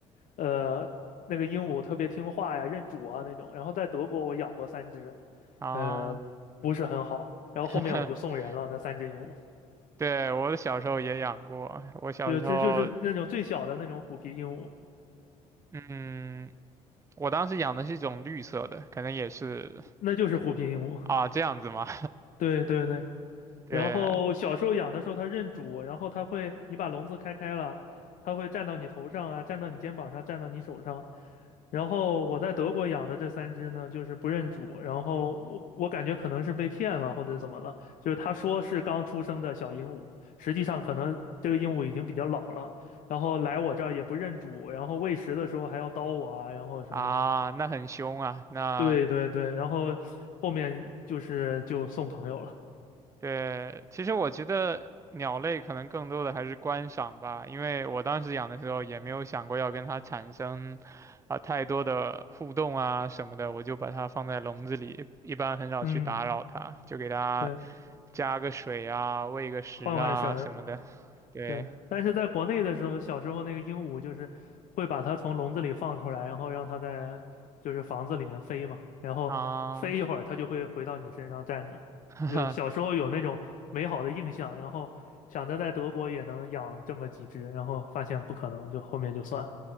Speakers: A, on the left (about 55°); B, on the right (about 20°).
A: 呃那个鹦鹉特别听话呀、认主啊那种。然后在德国我养过三只，
B: 啊，
A: 呃不是很好。然后后面我就送人了那三只鹦鹉，
B: <laughs> 对，我小时候也养过，我小时候，
A: 对，这就是那种最小的那种虎皮鹦鹉，
B: 嗯，我当时养的是一种绿色的，可能也是
A: 那就是虎皮鹦鹉。
B: 啊，这样子吗？
A: 对对对。
B: <laughs> 对
A: 然后小时候养的时候它认主，然后它会，你把笼子开开了，它会站到你头上啊，站到你肩膀上，站到你手上。然后我在德国养的这三只呢，就是不认主，然后我我感觉可能是被骗了或者怎么了，就是他说是刚出生的小鹦鹉，实际上可能这个鹦鹉已经比较老了，然后来我这儿也不认主，然后喂食的时候还要叨我啊，然后什么，
B: 啊，那很凶啊，那。
A: 对对对，然后后面就是就送朋友了，
B: 对，其实我觉得鸟类可能更多的还是观赏吧，因为我当时养的时候也没有想过要跟它产生啊、太多的互动啊什么的，我就把它放在笼子里，一般很少去打扰它，
A: 嗯，
B: 就给它
A: 对，
B: 加个水啊、喂个食啊什么的。
A: 换换绳儿。
B: 对
A: 对，但是在国内的时候，小时候那个鹦鹉就是会把它从笼子里放出来，然后让它在就是房子里面飞嘛，然后飞一会儿，
B: 啊，
A: 它就会回到你身上站着。
B: <laughs> 哈哈。
A: 就小时候有那种美好的印象，然后想着在德国也能养这么几只，然后发现不可能，就后面就算了。